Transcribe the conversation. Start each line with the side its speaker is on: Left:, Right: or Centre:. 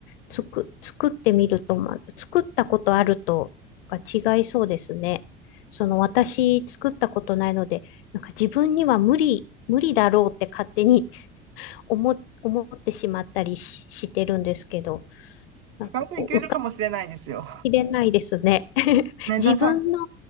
Left: つく、作ってみると、ま、作ったことあるとが違いそうですね。その、私、作ったことないので、なんか自分には無理、無理だろうって勝手に <laughs> 思、思ってしまったりし、してるんですけど、なんかこう、
Right: 意外といけるかもしれないですよ。
Left: 浮かびきれないですね。<laughs>
Right: ね、
Left: 自分の
Right: でもさ、